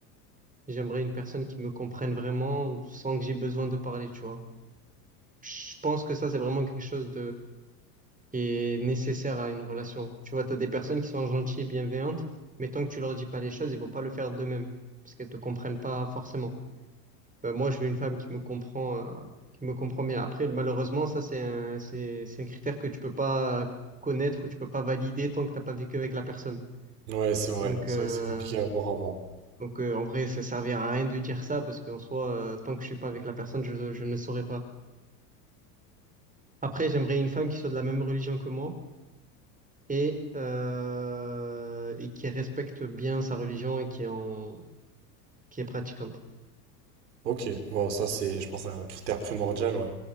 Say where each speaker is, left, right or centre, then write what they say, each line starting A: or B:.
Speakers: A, on the right; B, on the right.
A: J'aimerais une personne qui me comprenne vraiment sans que j'ai besoin de parler, tu vois. Je pense que ça, c'est vraiment quelque chose qui est nécessaire à une relation. Tu vois, tu as des personnes qui sont gentilles et bienveillantes, mais tant que tu leur dis pas les choses, ils vont pas le faire d'eux-mêmes, parce qu'elles te comprennent pas forcément. Ben, moi, je veux une femme qui me comprend, euh, qui me comprend bien. Après, malheureusement, ça, c'est un, c'est, c'est un critère que tu peux pas connaître ou tu peux pas valider tant que t'as pas vécu avec la personne.
B: Ouais, c'est vrai.
A: Donc,
B: C'est
A: euh,
B: vrai que c'est compliqué à voir avant.
A: donc euh, en vrai, ça servira à rien de dire ça, parce qu'en soi, euh, tant que je suis pas avec la personne, je, je ne saurais pas. Après, j'aimerais une femme qui soit de la même religion que moi et, euh, et qui respecte bien sa religion et qui est, en, qui est pratiquante.
B: Ok. Bon, ça c'est, je pense, un critère primordial, ouais.